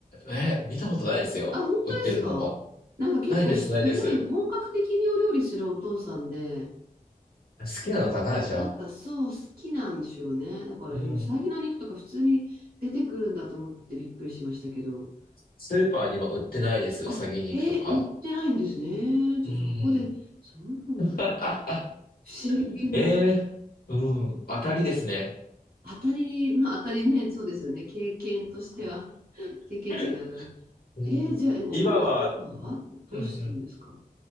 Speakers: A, on the left; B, on the right.
A: ええ、見たことないですよ。
B: あ、本当ですかなんか結構すごい本格的にお料理するお父さんで、
A: 売ってるのも。ないです、ないです。好きなのかな、じゃあ。
B: なんかそう、好きなんでしょうね。だから、
A: うん。
B: え、うさぎの肉とか普通に出てくるんだと思ってびっくりしましたけど、
A: スーパーにも売ってないです、
B: あ、
A: うさぎ肉とか。
B: え、売ってないんですね。じゃあ、
A: うん。
B: どこで、そうなんだ。
A: <laughs>
B: 不思議な。
A: ええ、うん。当たりですね。
B: 当たり、まあ当たりね、そうですよね。経験としては、
A: <laughs>
B: 経験値が上がる。
A: うん。
B: えーじゃあ、え、お米とかはどどうするんですか
A: 今は、うんうん。